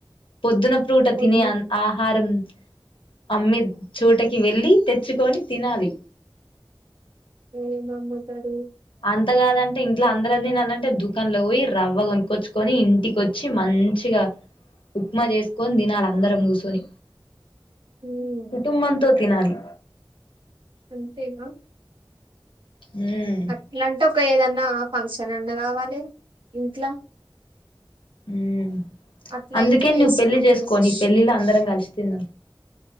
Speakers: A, on the left; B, on the right.
A: ప్రోద్దున ఫూట తినే
B: వద్దు
A: అన్ ఆహారం అమ్మే చోటకి వెళ్లి తే తెచ్చుకొని తినాలి
B: ఏం అమ్ముతార్
A: అంత కాదంటే ఇంట్లో అందరం తినాలంటే దుఃఖ క్కలో పోయి రవ్వ కొనుకొచ్చుకొని ఇంటికొచ్చి మంచిగా ఉప్మా చేసుకొని తినాల అందరం కూసోని
B: మ్మ్
A: కుటుంబంతో తినాలి
B: అంతేగా
A: ఉమ్
B: అట్లాంటే ఒక ఏదన్నా ఫంక్షన్ అం ఎన్న కావాలే ఇంట్లా
A: ఆ
B: అట్లయితే
A: అందుకే
B: వేసుకొని
A: నువ్వు పెళ్లి చేసుకో
B: తినొచ్చు
A: నీ పెళ్ళిలో అందరం కలిసి తీన్న